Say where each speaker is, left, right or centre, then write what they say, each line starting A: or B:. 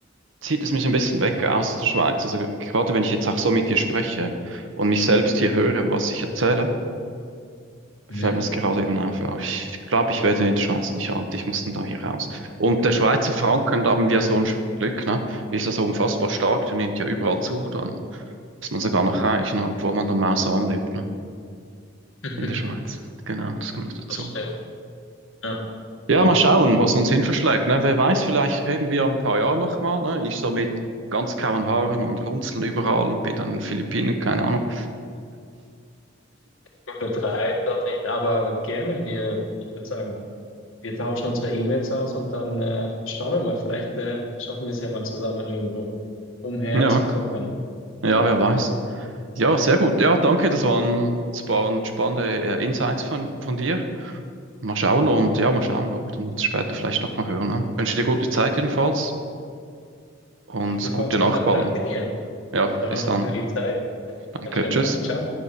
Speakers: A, on the right; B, on the left.
A: zieht es mich ein bisschen weg aus der Schweiz. Also gerade wenn ich jetzt auch so mit dir spreche und mich selbst hier höre, was ich erzähle,
B: Mhm.
A: fällt mir das gerade eben auf. Ja, ich glaube, ich werde in der Schweiz nicht alt. Ich muss dann da hier raus. Und der Schweizer Franken, da haben wir so ein Glück, ne? Ist ja so unfassbar stark, der nimmt ja überall zu. Dann dass man sogar noch reich, ne? Obwohl man normal arm lebt, ne?
B: <laughs>
A: In der Schweiz. Genau, das kommt noch dazu.
B: Das stimmt. Ja,
A: Ja,
B: absolut.
A: mal schauen, was uns hin verschlägt, ne? Wer weiß, vielleicht reden wir ja ein paar Jahre nochmal, ne? Ich so mit ganz grauen Haaren und Runzeln überall und bin dann in den Philippinen, keine Ahnung.
B: Übertreib doch nicht, aber gerne. Wir, ich würde sagen, wir tauschen unsere E-Mails aus und dann äh, schauen wir mal. Vielleicht äh, schaffen wir es ja mal zusammen irgendwo umherzutuckern.
A: Ja, ja, wer weiß. Ja, sehr gut. Ja, danke, das waren, das waren spannende äh, Insights von, von dir. Mal schauen und ja, mal schauen, ob wir uns später vielleicht nochmal hören. Ne? Wünsche dir gute Zeit jedenfalls und
B: Ebenfalls,
A: gute Nacht
B: Roland,
A: bald.
B: danke dir.
A: Ja,
B: Danke
A: bis dann.
B: für die Zeit.
A: Danke,
B: Einen schönen
A: tschüss.
B: Tag. Ciao.